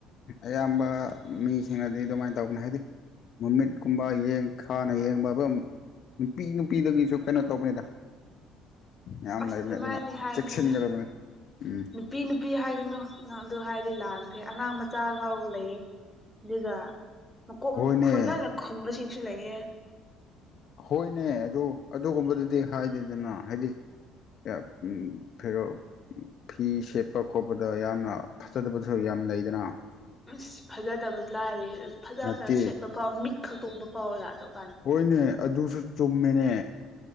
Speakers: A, on the left; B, in the centre.
A: ꯑꯌꯥꯝꯕ ꯃꯤꯁꯤꯡꯅꯗꯤ ꯑꯗꯨꯃꯥꯏꯅ ꯇꯧꯕꯅꯦ ꯍꯥꯏꯗꯤ ꯃꯃꯤꯠꯀꯨꯝꯕ ꯌꯦꯡ ꯈꯥꯅ ꯌꯦꯡꯕ ꯕꯨꯝ ꯅꯨꯄꯤ ꯅꯨꯄꯤꯗꯒꯤꯁꯨ ꯀꯩꯅꯣ ꯇꯧꯕꯅꯤꯗ ꯌꯥꯝ
B: ꯑꯁ
A: ꯂꯩꯕꯅꯦ
B: ꯑꯗꯨꯃꯥꯏꯅꯅꯤ
A: ꯑꯗꯨꯅ
B: ꯍꯥꯏꯅꯨꯗ
A: ꯆꯦꯛꯁꯤꯟꯒꯗꯕꯅꯤ ꯎꯝ
B: ꯅꯨꯄꯤ ꯅꯨꯄꯤ ꯍꯥꯏꯒꯅꯨ ꯅꯪ ꯑꯗꯨ ꯍꯥꯏꯔꯗꯤ ꯂꯥꯟꯈ꯭ꯔꯦ ꯑꯉꯥꯡ ꯃꯆꯥꯐꯥꯎ ꯂꯩꯌꯦ ꯑꯗꯨꯒ ꯃꯀꯣꯛ
A: ꯍꯣꯏꯅꯦ
B: ꯈꯣꯏ ꯂꯥꯏꯅ ꯈꯨꯝꯕꯁꯤꯡꯁꯨ ꯂꯩꯌꯦ
A: ꯍꯣꯏꯅꯦ ꯑꯗꯨ ꯑꯗꯨꯒꯨꯝꯕꯗꯨꯗꯤ ꯍꯥꯏꯗꯦꯗꯅ ꯍꯥꯏꯗꯤ ꯎꯝ ꯐꯦꯔꯣ ꯐꯤ ꯁꯦꯠꯄꯥ ꯈꯣꯠꯄꯗ ꯌꯥꯝꯅ ꯐꯖꯗꯕꯁꯨ ꯌꯥꯝ ꯂꯩꯗꯅ
B: ꯑꯁ ꯐꯖꯗꯕꯗꯤ ꯂꯥꯏꯔꯤ ꯐꯖꯅ
A: ꯅꯠꯇꯦ
B: ꯁꯦꯠꯄꯥ ꯐꯥꯎ ꯃꯤꯠ ꯈꯛꯇꯥ ꯎꯕ ꯌꯥꯗꯔꯕ ꯀꯥꯟ
A: ꯍꯣꯏꯅꯦ ꯑꯗꯨꯁꯨ ꯆꯨꯝꯃꯤꯅꯦ